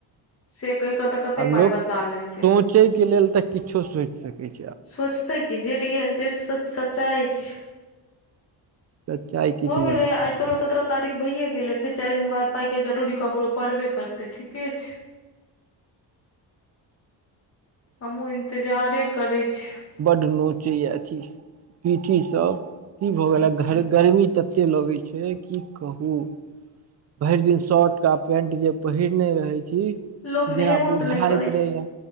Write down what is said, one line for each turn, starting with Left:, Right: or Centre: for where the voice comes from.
Left: से कहि कऽ तऽ कते
Right: आब
Left: पाइ
Right: लोक
Left: पचा लेलकै
Right: सोचे के लेल तऽ किछो सोचि सकै ये।
Left: सोचतै कि जे रियल जे सच्चाइ छैय।
Right: सच्चाइ किछु
Left: हो गेलै
Right: नहि होइ
Left: अइ सोलह सत्रह तारीख भैयए गेलै फेर चारि दिन बाद पाइके जरूरी ककरो पड़बे करतै ठीके छैय। हमहु इंतजारे करै छी।
Right: बड नोचे ये अथी पीठी सब की भऽ गेल गर्मी तते लगे छैय की कहू भरि दिन शर्ट आ पैन्ट जे पहिरने रहै छी।
Left: लोक नहेबो
Right: जेना बुझाइत
Left: तऽ नहि करै
Right: रहेय